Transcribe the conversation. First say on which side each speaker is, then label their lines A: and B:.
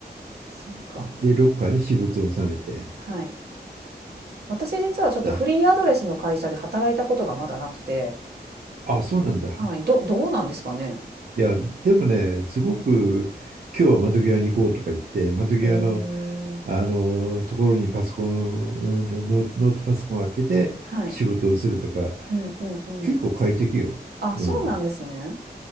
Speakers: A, on the right (about 70°); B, on the right (about 55°).
A: そっか。
B: で、ロッカーに私物を収めて。
A: はい。私実はちょっとフリーアドレスの会社で働いたことがまだなくて、
B: だから、あ、そうなんだ。
A: はい、どどうなんですかね？
B: いや、でもね、すごく今日は窓際に行こうとか言って、窓際の、
A: へえ。
B: あのところにパソコン、うんノーノートパソコンを開けて仕事をするとか、
A: はい。うんうんうん。
B: 結構快適よ。
A: あ、
B: うん。
A: そうなんですね。